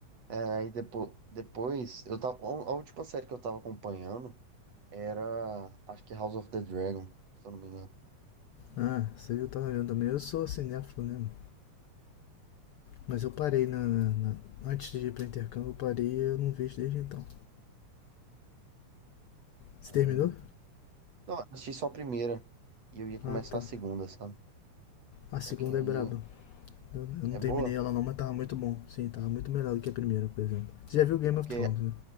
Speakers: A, on the right; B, on the left.
A: é, aí depo, depois, eu tava, a última série que eu tava acompanhando era, acho que House of the Dragon, se eu não me engano.
B: Ah, você já tá olhando também. Eu sou cinéfilo, né, mano? Mas eu parei na, na- na- Antes de ir pra intercâmbio, eu parei e eu não vejo desde então. Você
A: Aí,
B: terminou?
A: não, eu assisti só a primeira e eu ia começar
B: Ah, tá.
A: a segunda, sabe?
B: A segunda
A: Só que aí.
B: é braba. Eu, eu
A: É
B: não
A: boa?
B: terminei ela não, mas tava muito bom. Sim, tava muito melhor do que a primeira, por exemplo. Você já viu Game
A: É porque
B: of Thrones, né?